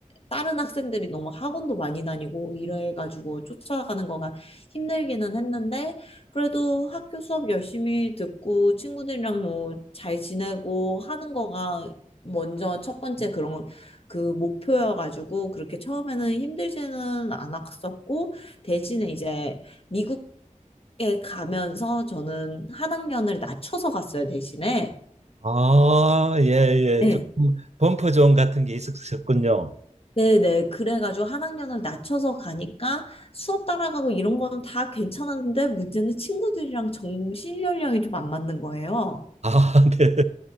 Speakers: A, on the left (about 45°); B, on the right (about 55°).
A: 다른 학생들이 너무 학원도 많이 다니고 이래가지고 쫓아가는 거가 힘들기는 했는데 그래도 학교 수업 열심히 듣고 친구들이랑 뭐 잘 지내고 하는 거가 먼저 첫 번째 그런 그 목표여가지고 그렇게 처음에는 힘들지는 않았었고 대신에 이제 미국에 가면서 저는 한 학년을 낮춰서 갔어요 대신에
B: 아, 예, 예.
A: 네.
B: 좀 범퍼존 같은 게 있었군요.
A: 네네. 그래가지고 한 학년을 낮춰서 가니까 수업 따라가고 이런 거는 다 괜찮았는데 문제는 친구들이랑 정신 연령이 좀 안 맞는 거예요.
B: 아, <laughs> 네.